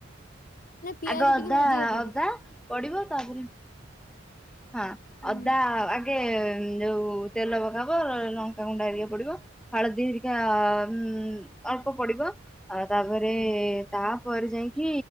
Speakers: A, on the left (about 40°); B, in the centre.
A: ପିଆଜ
B: ଆଗ ଅଦା
A: ଟିକେ ଭାଜିବାକୁ
B: ଅଦା
A: ପଡେ।
B: ପଡିବ ତାପରେ। ହଁ
A: ହୁଁ
B: ଅଦା ଆଗେ ଯୋଉ ତେଲ ପକାହବ ଲଙ୍କା ପଙ୍କା ହେରିକା ପଡିବ। ହଳଦୀ ହେରିକା ଉଁ ଅଳ୍ପ ପଡିବ। ଆଉ ତାପରେ ତାପରେ ଯାଇକି